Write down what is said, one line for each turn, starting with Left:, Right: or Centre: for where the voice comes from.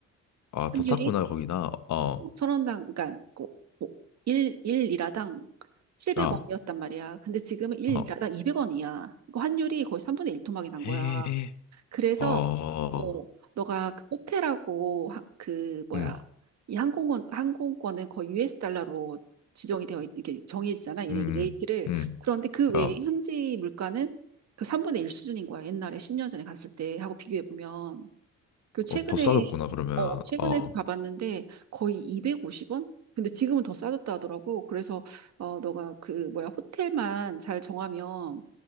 Left: 아,
Right: 환율이?
Left: 더 쌌구나, 거기나. 어,
Right: 천 원당 그러니까 일 1, 일리라당 700원이었단
Left: 아,
Right: 말이야. 근데 지금은 1리라당
Left: 어,
Right: 200원이야. 그 환율이 거의 3분의 1 토막이 난
Left: 헤헤,
Right: 거야. 그래서
Left: 어, 어,
Right: 어, 너가 그 호텔하고 하- 그 뭐야
Left: 음,
Right: 이 항공권 항공권은 거의 US 달러로 지정이 되어 있, 이게 정해지잖아. 얘네들
Left: 음,
Right: 레이트를.
Left: 음, 음,
Right: 그런데 그 외에
Left: 어,
Right: 현지 물가는 그 3분의 1 수준인 거야. 옛날에 10년 전에 갔을 때 하고 비교해 보면. 그 최근에
Left: 어, 더 싸졌구나, 그러면.
Right: 어 최근에도
Left: 어,
Right: 가봤는데 거의 250원? 근데 지금은 더 싸졌다 하더라고. 그래서 어 너가 그 뭐야 호텔만 잘 정하면